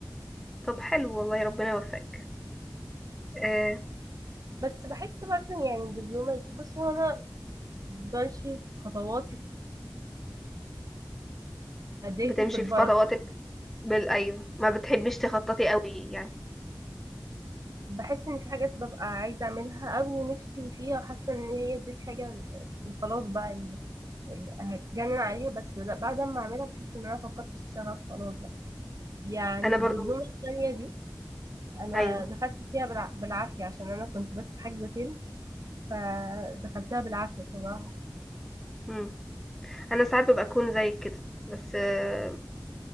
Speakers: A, in the centre; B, on the right.
A: طب حلو والله ربنا يوفقك آه،
B: بس بحس برضه يعني الدبلومه دي- بصي هو انا بمشي في خطواتي اهدافي
A: بتمشي
B: بالبركه
A: في خطواتك بال ايوه ما بتحبيش تخططي قوي يعني
B: بحس ان في حاجات ببقى عايزه اعملها قوي نفسي فيها وحاسه ان هي دي الحاجه اللي خلاص بقى اللي اللي هتجنن عليها بس لا بعد ما اعملها بحس ان انا فقدت الشغف خلاص بقى يعني
A: انا برضو
B: الدبلومه الثانيه دي انا
A: ايوه
B: دخلت فيها بالع... بالعافيه عشان انا كنت بس حاجزه فيلم فدخلتها بالعافيه بصراحه
A: مم. انا ساعات ببقى اكون زيك كده بس آه،